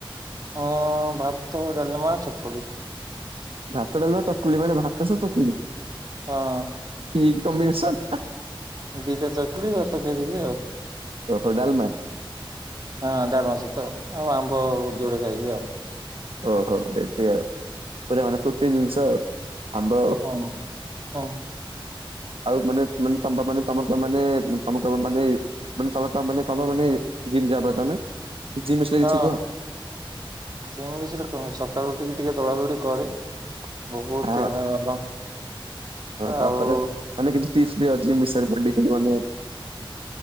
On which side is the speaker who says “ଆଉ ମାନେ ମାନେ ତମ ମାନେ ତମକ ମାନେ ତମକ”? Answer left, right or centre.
Right